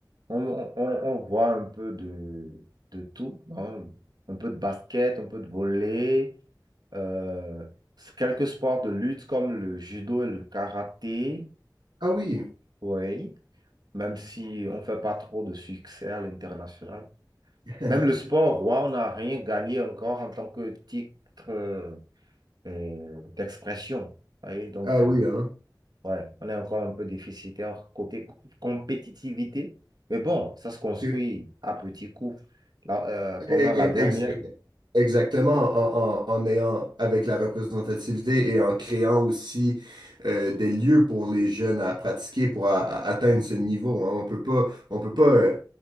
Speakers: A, on the right (about 65°); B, on the right (about 80°).
A: on, on- on- voit un peu de, de tout, hein. Un peu de basket, un peu de volley, euh, quelques sports de lutte comme le judo et le karaté,
B: Ah oui,
A: oui, même si on ne fait pas trop de succès à l'international.
B: <laughs>
A: Même le sport, roi, on n'a rien gagné encore en tant que titre euh, euh, d'expression. vous voyez, donc.
B: ah oui,
A: euh,
B: hein.
A: Ouais, on est encore un peu déficitaire côté co- compétitivité. Mais bon, ça se construit
B: Ok.
A: à petits coups. Là, euh, pendant
B: Eh,
A: la
B: eh,
A: dernière,
B: exact- Exactement, en, en- en ayant avec la représentativité et en créant aussi euh, des lieux pour les jeunes à pratiquer, pour a- a- atteindre ce niveau. hein. On peut pas, on peut pas, euh,